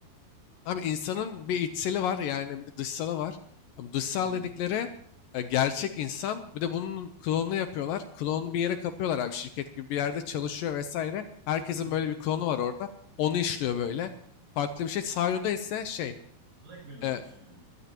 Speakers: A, on the left; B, on the right.
A: Abi insanın bir içseli var yani bir de dışsalı var. Abi dışsal
B: Hı hı.
A: dedikleri e, gerçek insan. Bir de bunun klonunu yapıyorlar. Klonunu bir yere kapıyorlar abi şirket gibi bir yerde çalışıyor vesaire. Herkesin
B: Hı hı.
A: böyle bir klonu var orada. Onu işliyor
B: Hı
A: böyle.
B: hı.
A: Farklı bir şey. Sario'da ise şey
B: Black Mirror
A: e,
B: diyorsun yani.